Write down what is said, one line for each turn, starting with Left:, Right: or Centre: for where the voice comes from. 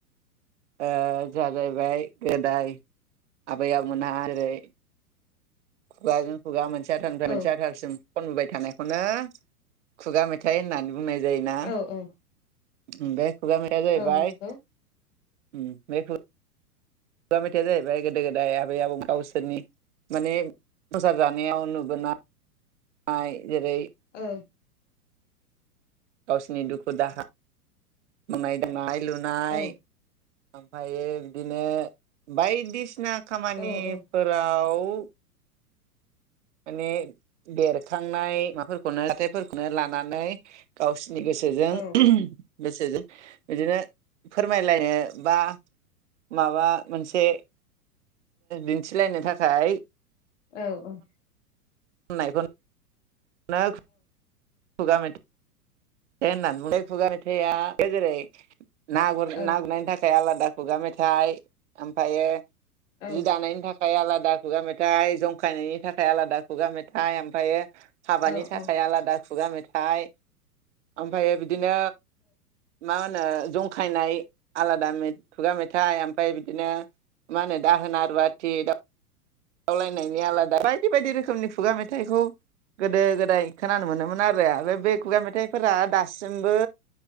Right: ओ जागायबाय गोदाय आबै आबमोनहा जेरै दा जों खुगा मोनसे आथालनिफ्राय मोनसे
Left: औ
Right: आथालसिम खनबोय थानायखौनो खुगा मेथाइ होननानै बुंनाय जायोना?
Left: औ औ
Right: उम बे खुगा मेथाइया जाहैबाय
Left: औ नंगौ
Right: उम बे खुगा खुगा मेथाइया जाहैबाय गोदो गोदाय आबै आबौ गावसोरनि माने संसार जानायाव नुबोनाय जेरै
Left: औ
Right: गावसिनि दुखु दाहा मावनाय दांनाय लुनाय
Left: औ
Right: ओमफाय बिदिनो बायदिसि ना खामानिफोराव
Left: औ औ
Right: <inaudible> माने बेरखांनाय मा फोरखौनो जाथाइफोरखौनो लानानै गावसि नि गोसोजों
Left: औ
Right: गोसोजों बिदिनो फोरमायलायनो बा माबा मोनसे दिन्थिलायनो थाखाय
Left: औ औ
Right: नायफोरखौ नो खुगा मेथाइ होननानै बुं खुगा मेथाइआ जेरै ना गुर
Left: औ
Right: ना गुरनायनि थाखाय आलादा दा खुगा मेथाइ ओमफायो
Left: औ
Right: जि दानायनि थाखाय आलादा खुगा मेथाइ जंखायनायनि थाखाय आलादा खुगा मेथाइ ओमफायो
Left: औ
Right: हाबानि
Left: औ नंगौ औ औ
Right: थाखाय आलादा खुगा मेथा थाइ ओफायो‌ बिद‌ दिनो मा होनो नो जंखायनाय आलादा खुगा मेथाइ ओफाय बिदिनो मा होनो दाहोना रुवाथि दा खावलायनायनि आलादा बायदि बायदि रोखोमनि खुगा मेथाइखौ गोदो गोदाय खोनानो मोनोमोन आरो बे खुगा मेथाइ फोरा दासिमबो